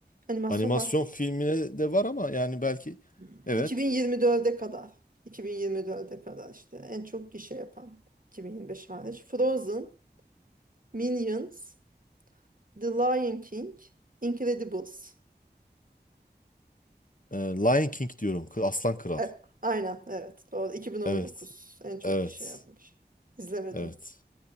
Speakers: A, on the right (about 50°); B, on the left (about 50°).
A: animasyon
B: Animasyon
A: bahset.
B: filmine de var ama yani belki
A: Hmm.
B: evet.
A: 2024'e kadar. 2024'e kadar işte en çok gişe yapan. 2025 hariç. Frozen, Minions, The Lion King, Incredibles.
B: Ee, Lion King diyorum. Kı- Aslan Kral.
A: E, aynen evet doğru. 2019
B: Evet.
A: en çok
B: Evet.
A: kişi yapmış. İzlemedim.
B: Evet.